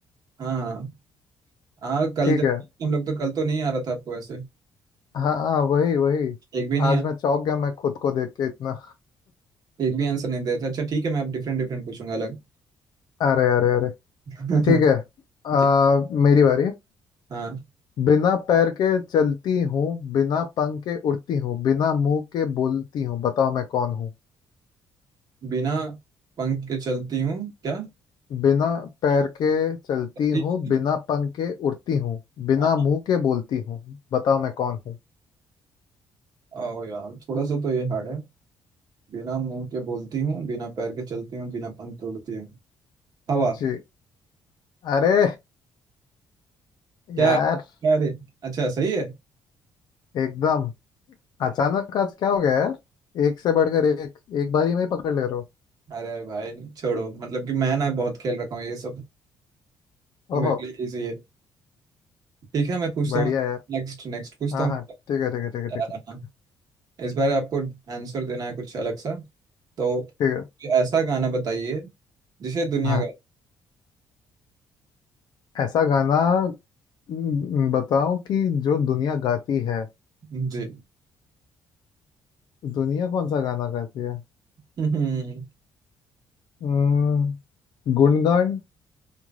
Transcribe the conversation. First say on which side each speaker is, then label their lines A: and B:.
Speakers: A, on the right; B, on the left.
A: हाँ हाँ हाँ कल
B: ठीक
A: जब
B: है
A: हम लोग तो कल तो नहीं आ रहा था आपको ऐसे
B: हाँ हाँ वही वही
A: एक भी नहीं
B: आज
A: आ
B: मैं चौंक गया मैं खुद को देख के इतना
A: एक भी आंसर नहीं देता अच्छा ठीक है मैं अब डिफरेंट डिफरेंट पूछूंगा अलग
B: अरे अरे अरे
A: <laughs>
B: ठीक है आ,
A: ठीक
B: मेरी बारी है।
A: हाँ
B: बिना पैर के चलती हूँ बिना पंख के उड़ती हूँ बिना मुंह के बोलती हूँ बताओ मैं कौन हूँ
A: बिना पंख के चलती हूँ क्या
B: बिना पैर के चलती
A: चलती-
B: हूँ बिना पंख के उड़ती हूँ बिना
A: हाँ हाँ।
B: मुंह के बोलती हूँ बताओ मैं कौन हूँ
A: ओ यार थोड़ा सा तो ये हार्ड है बिना मुंह के बोलती हूँ बिना पैर के चलती हूँ बिना पंख के उड़ती हूँ हवा
B: जी अरे
A: क्या
B: यार
A: क्या अरे अच्छा सही है
B: एकदम अचानक आज क्या हो गया यार एक से बढ़कर एक एक बारी में ही पकड़ ले रहे हो
A: अरे भाई छोड़ो मतलब कि मैं ना बहुत खेल रखा हूँ ये सब मेरे
B: ओहो
A: के लिए इजी है ठीक है मैं पूछता
B: बढ़िया
A: हूँ
B: यार
A: नेक्स्ट नेक्स्ट पूछता
B: हाँ
A: हूँ
B: हाँ ठीक है ठीक है ठीक है ठीक
A: हाँ,
B: है ठीक है
A: इस बार आपको आंसर देना है कुछ अलग सा तो कोई
B: ठीक है
A: ऐसा गाना बताइए जिसे दुनिया
B: हाँ
A: गा
B: ऐसा गाना हम्म, बताओ कि जो दुनिया गाती है
A: जी
B: दुनिया कौन सा गाना गाती है
A: <laughs>
B: हम्म, गुणगान